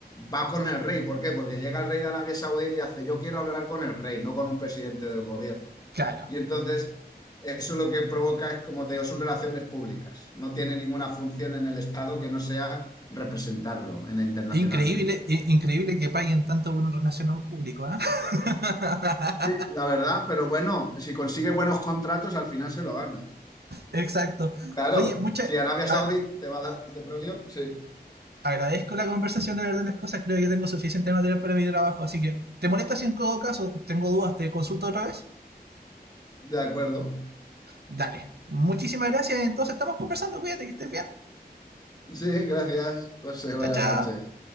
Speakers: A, on the left; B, on the right.
A: va con el rey. ¿Por qué? Porque llega el rey de Arabia Saudí y hace, yo quiero hablar con el rey, no con un presidente del gobierno.
B: Claro.
A: Y entonces, eso lo que provoca es, como te digo, son relaciones públicas. No tiene ninguna función en el Estado que no sea representarlo en- internacionalmente.
B: Increíble, increíble que paguen tanto por un relacionado público, ¿eh? <laughs>
A: Sí, la verdad, pero bueno, si consigue buenos contratos, al final se lo gana.
B: Exacto.
A: Claro,
B: Oye, mucha,
A: si Arabia
B: a-
A: Saudí
B: a-
A: te va a dar petróleo, sí,
B: agradezco la conversación, la verdad, de las cosas. Creo que tengo suficiente material para mi trabajo. Así que, ¿te molesta si en todo caso tengo dudas? ¿Te consulto otra vez?
A: de acuerdo.
B: Dale. Muchísimas gracias. Entonces, estamos conversando. Cuídate, que estés bien.
A: Sí, gracias, José, buenas
B: Chao, chao.
A: noches.